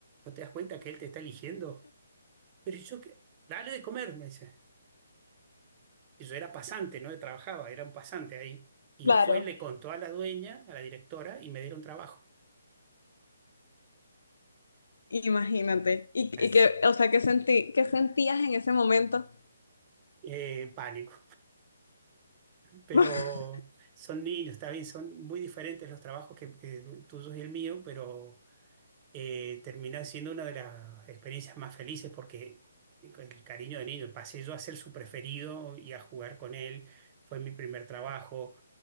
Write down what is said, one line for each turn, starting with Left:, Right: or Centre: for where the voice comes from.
Right: ¿No te das cuenta que él te está eligiendo? Pero yo que, dale de comer, me dice. Y yo era pasante, no trabajaba, era un pasante ahí. Y
Left: Claro,
Right: fue, le contó a la dueña, a la directora, y me dieron trabajo.
Left: imagínate. Y,
Right: As-
Left: y que, o sea, ¿qué sentí, qué sentías en ese momento?
Right: eh, pánico. pero
Left: <laughs>
Right: son niños, está bien, son muy diferentes los trabajos que, que tuyos y el mío, pero eh, termina siendo una de las experiencias más felices porque el cariño de niño, pasé yo a ser su preferido y a jugar con él, fue mi primer trabajo,